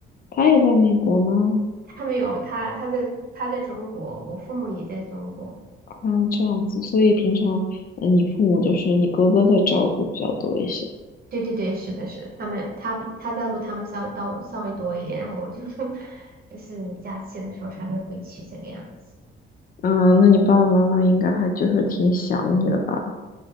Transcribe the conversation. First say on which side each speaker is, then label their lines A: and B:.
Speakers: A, on the left; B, on the right.
A: 他也在美国吗？
B: 他们有他，他在他在中国，我父母也在中国。
A: 啊，这样子，所以平常，嗯，你父母就是你哥哥在照顾比较多一些。
B: 对对对，是的，是的，他们他比他照顾他们稍到稍微多一点，然后我就 <laughs> 就是假期的时候才会回去这个样子
A: 嗯，那你爸爸妈妈应该还就是挺想你的吧？